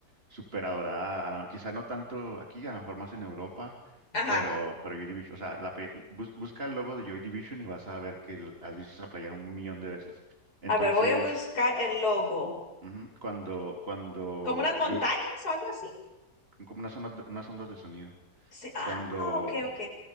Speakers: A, on the right (about 40°); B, on the left (about 85°).
A: súper adorada. a la- quizá no tanto aquí, a lo mejor más en Europa,
B: Ajá.
A: pero, pero Joy Division, o sea, la pe- bus- busca el logo de Joy Division y vas a ver que l- has visto esa playera un millón de veces. Entonces,
B: A ver, voy a buscar el logo.
A: ujú, cuando, cuando,
B: ¿Como unas montañas
A: yo,
B: o algo así?
A: como unas ondas, de- unas ondas de sonido,
B: Sí. Ah,
A: cuando...
B: ok, ok.